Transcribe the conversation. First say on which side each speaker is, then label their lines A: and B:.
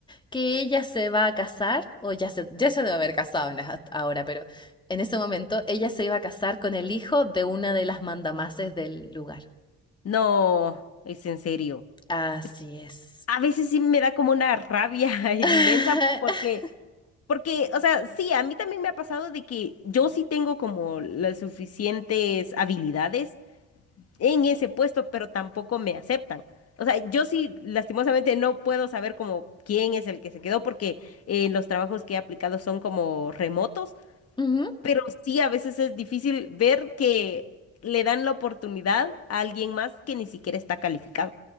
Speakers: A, on the left; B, on the left.
A: que ella se va a casar, o ya se, ya se debe haber casado en la- ahora, pero en ese momento ella se iba a casar con el hijo de una de las mandamases del lugar.
B: no, es en serio.
A: Así
B: Es que
A: es.
B: a veces sí me da como una rabia <laughs> inmensa
A: <laughs>
B: porque Porque, o sea, sí, a mí también me ha pasado de que yo sí tengo como las suficientes habilidades en ese puesto, pero tampoco me aceptan. O sea, yo sí, lastimosamente, no puedo saber como quién es el que se quedó, porque eh, los trabajos que he aplicado son como remotos,
A: Ujú,
B: pero sí a veces es difícil ver que le dan la oportunidad a alguien más que ni siquiera está calificado.